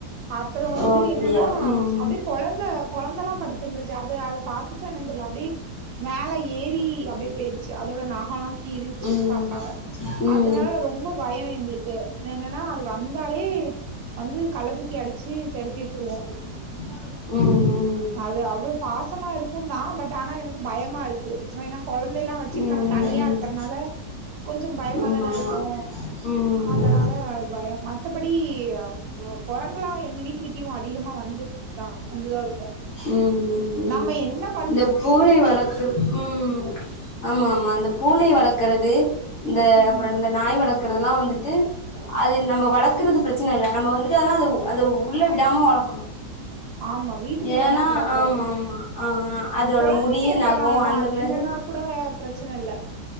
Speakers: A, on the right (about 75°); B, on the left (about 55°).
A: அப்புறோ வந்து
B: ஓ அப்டியா
A: என்னனா
B: ம்
A: அப்டே கொழந்த கொழந்தல்லா படுத்துருந்துச்சு அத அது பாத்துச்சா என்னன் தெர்ல அ ப்டி மேல ஏறி அப்டியே போயிடுச்சு அதோட நகல்லா கீறிச்சு
B: ம்
A: பாப்பாவ
B: ம் ம் ம் ம்
A: அதுனால
B: ம்
A: ரொம்ப பயொ எங்ளுக்கு என்னனா அது வந்தாலே வந்து கள்ள தூக்கி அடிச்சு தெரத்தி விட்ருவோ
B: ம்‌ ம்
A: அது அவ்ளொ பாசமா இருக்குந்தா பட் ஆனா எனக்கு பயமா இருக்கு ஏனா கொழந்தைலா வச்சுட்டு
B: ம் ம்
A: நம்ம தனியா இருக்குறனால
B: ம்
A: கொஞ்சம் பயமா
B: ஆமா
A: தானே இருக்கு
B: ஆமா ம்
A: அதனால
B: ம்
A: அது பய மத் தபடி அ கொரங்குளா எங்க வீட்டுக்கிட்டயு அதிகமா வந்த தா வந்துதா இருக்கு
B: ம் ம்
A: நம்ம என்னப்
B: இந்த பூனை வளக்குற ம் ஆமாமா இந்த பூனை வளக்குறது இந்த
A: ம்
B: அப்றொ இந்த நாய் வளக்குறதுலா வந்துட்டு அது நம்ம வளக்குறது பிரச்சன இல்ல நம்ம வந்துட்டு ஆனா அத அத உள்ள விடாம வளக்கனு
A: ஆமா வீட்டுக்குள்ளல்லா
B: ஏனா
A: விடக்கூடாது
B: ஆமாமா ஆ ஆ அதோட
A: கொழந்தைங்க
B: முடி
A: இருக்கறனாலதா
B: நகோஅந்த
A: இல்லன்னா
B: மாதிரி
A: கூட பிரச்சன இல்ல